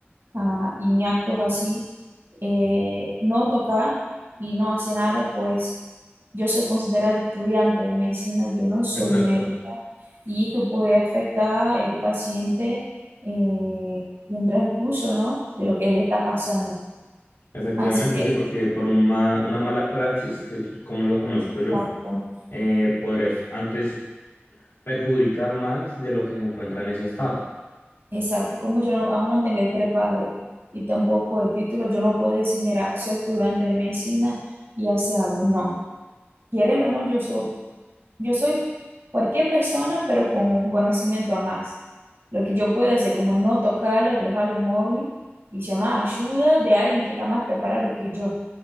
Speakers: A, on the right (about 60°); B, on the left (about 85°).
A: a, y en actos así, eh, no tocar y no hacer nada, pues yo soy considerada estudiante de medicina, yo no soy
B: Exacto.
A: médico. y esto puede afectar al paciente eh, y en transcurso, ¿no? De lo que le está pasando.
B: Efectivamente,
A: Así que,
B: sí, porque por un ma- una mala praxis, que es como lo conozco yo,
A: exacto,
B: eh, podrías antes perjudicar más de lo que se encuentra en ese estado.
A: exacto. Como yo no- aún no tengo el preparo y tampoco el título, yo no puedo decir, mira, soy estudiante de medicina y hace algo. No, quieren o no, yo soy, yo soy cualquier persona, pero con un conocimiento a más. Lo que yo puedo hacer, como no tocarlo, dejarlo inmóvil y llamar ayuda de alguien que está más preparado que yo.